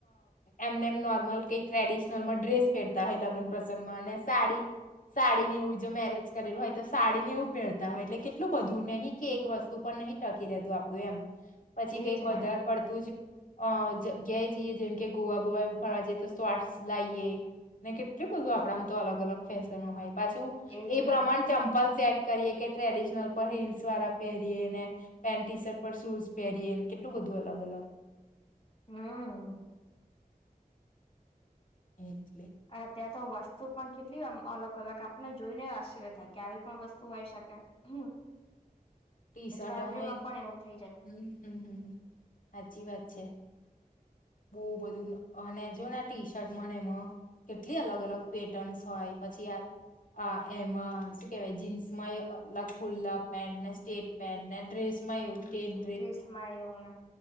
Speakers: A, on the left (about 60°); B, on the left (about 40°).
A: એમને એમ નોર્મલ કઈક ટ્રેડિશનલમાં ડ્રેસ પહેરતા હોય લગ્ન પ્રસંગમાં અને સાડી સાડીને એવું જો મેરેજ કરેલું હોય તો સાડીને એવું પહેરતા હોય એટલે કેટલું બધું નહીં કે એક વસ્તુ પણ નહીં ટાકી રહેતું આપડું એમ પછી
B: એજ
A: કઈક
B: ને
A: વધારે પડતું જ અ જગ્યાએ જઈએ જેમ કે ગોવા બોવા ઉફળજ તો તો આર્ટસ લઈે ને કેટલું બધું આપડામ તો અલગ અલગ ફેશનો હોય પાછું
B: એજ
A: એ
B: ને
A: પ્રમાણ ચ લ્ સેટ કરીએ કે ટ્રેડિશનલ પર હીલ્સ વાળા પહેરીએ ને પેન્ટ ટી શર્ટ પર શૂઝ પહેરીએ કેટલું બધું અલગ અલગ
B: હમ
A: એટલે
B: અ ત્યા તો વસ્તુ પણ કેટલી અલગ અલગ આપને જોઈને આશ્ચર્ય થાય કે આવી પણ વસ્તુ હોય શકે હમ
A: ટી શર્ટ
B: જવેલરી
A: અમે
B: માં પણ એવું થાય
A: હમ હમ હમ સાચી વાત છે બહુ બધું અને જો ને આ ટી શર્ટ મને એમાં કેટલી અલગ અલગ પેટર્ન્સ હોય પછી આ હ એમાં શું કેવાય? જીન્સમાં અલગ ખુલ્લા પેન્ટ ને સ્ટેટ પેન્ટ ને ડ્રેસ? એવું સ્ટેટ
B: ડ્રીસમાં એવું ને?